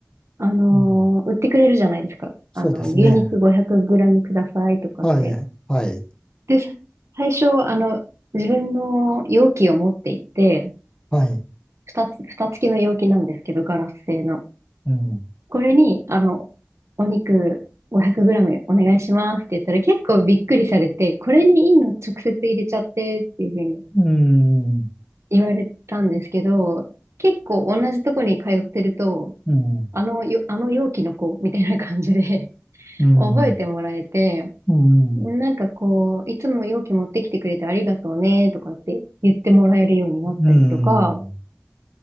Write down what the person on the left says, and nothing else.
に。そうですね。
はい、はい、
はい。
うん、
うん、
うん、
うん、
うん、
うん。